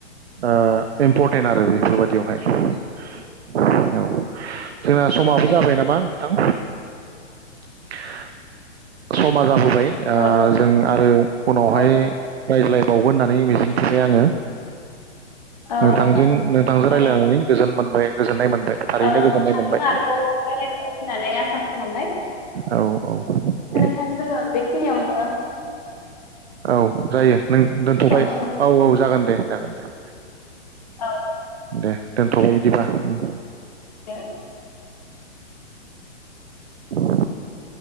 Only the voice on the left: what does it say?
औ
औ
औ
नोंथां
थारैनो
औ
नोंथांजों
आरोबाव रायलायबावनो होननानै आसा खालामबाय
थां जोङो बेखिनियावनो हो
दोनथ'नोसै
औ
दे